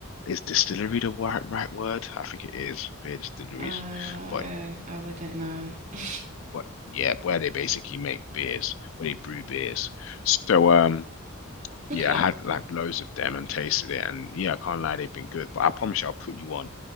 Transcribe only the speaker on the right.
Uh,
I, I wouldn't know. <laughs>
Okay,